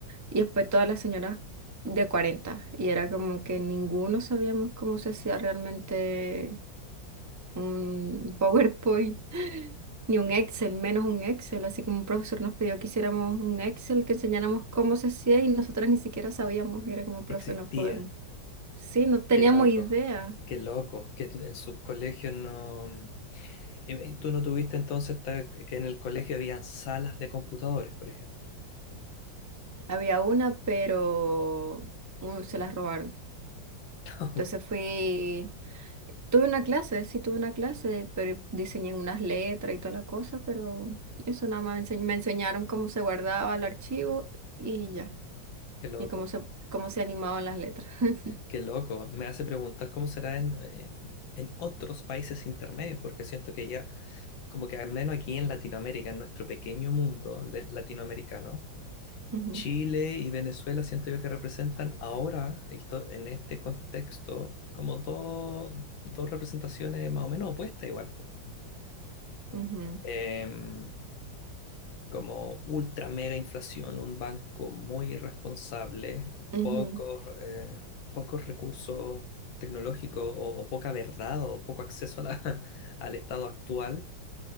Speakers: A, on the right; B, on the left.
A: y después todas las señoras de cuarenta y era como que ninguno sabíamos cómo se hacía realmente un PowerPoint, <laughs> ni un Excel, menos un Excel. Así como un profesor nos pidió que hiciéramos un Excel, que enseñáramos cómo se hacía y nosotras ni siquiera sabíamos. Y era como, profe,
B: Existía.
A: no podemos. Sí, no teníamos
B: Qué loco.
A: idea.
B: Qué loco. Que en en sus colegios no... Eh, eh, ¿Tú no tuviste entonces ta- que en el colegio habían salas de computadores, por ejemplo?
A: Había una, pero uh, se las robaron.
B: <laughs>
A: Entonces fui, tuve una clase, sí tuve una clase, pero diseñé unas letras y toda la cosa, pero eso nada más me ense- me enseñaron cómo se guardaba el archivo y ya,
B: Qué loco.
A: y cómo se, cómo se animaban las letras. <laughs>
B: Qué loco. Me hace preguntar cómo será en, eh, en otros países intermedios, porque siento que ya, como que al menos aquí en Latinoamérica, en nuestro pequeño mundo de- latinoamericano,
A: Ujú.
B: Chile y Venezuela siento yo que representan ahora, esto- en este contexto, como dos, dos representaciones más o menos opuestas igual. po.
A: Ujú,
B: Em, como ultra mega inflación, un banco muy irresponsable,
A: ujú.
B: pocos, eh, pocos recursos tecnológicos o, o poca verdad o poco acceso a la- <laughs> al estado actual,